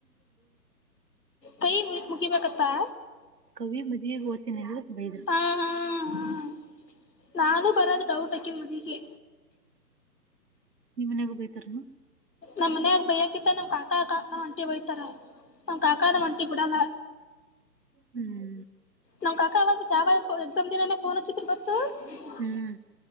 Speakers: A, on the left; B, on the right.
A: ಟೈಮ್ ಮುಕಿಬೇಕತ್ತಾ.
B: ಕವಿ ಮದುವೆ ಬೈದರು.
A: ಆ ಹಾ ಹಾ ಹಾ ನಾನು ಬರದು ಡೌಟ್ ಹಕಿ ಮದಿಗೆ.
B: ನಿಮ್ಮನ್ಯಾಗು ಬೈತಾರೇನು.
A: ನಮ್ನನ್ಯಾಗ ಬೈಯಾಕತ್ತ ನಮ್ ಕಾಕಾ ಅ ನಮ್ ಅಂಟಿ ಬಯತಾರ ನಮ್ ಕಾಕಾ ನಮ್ ಅಂಟಿ ಬಿಡಲ್ಲ.
B: ಹ್ಮ್.
A: ನಮ್ ಕಕ್ಕ ಅವಾಗ ಯಾವ ಎಕ್ಸಾಮ್ ದಿನಾನೆ ಫೋನ್ ಹಚ್ಚಿದ್ರೆ ಗೊತ್ತ. ಹ್ಮ್ಮ್
B: ಹ್ಮ್